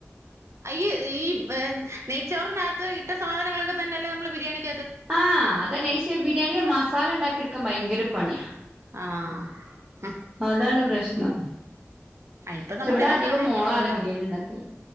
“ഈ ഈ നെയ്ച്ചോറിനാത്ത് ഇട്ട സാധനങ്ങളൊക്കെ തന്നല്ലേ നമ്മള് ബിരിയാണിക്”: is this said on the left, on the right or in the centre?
Right